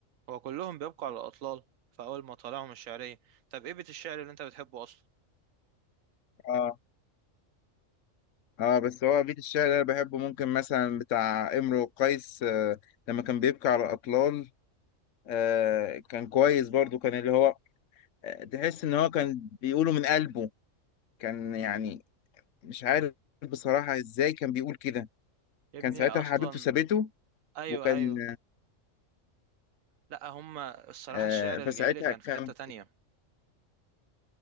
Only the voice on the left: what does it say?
اه اه بس هو بيت الشعر اللي انا بحبه ممكن مثلا بتاع امرؤ قيس آه، لما كان بيبكي على الاطلال آه، كان كويس برضو كان اللي هو آه، تحس ان هو كان بيقوله من قلبه كان يعني مش عارف بصراحة ازاي كان بيقول كده
كان
ساعتها
حبيبته سابته
وكان
آه،
فساعتها
كان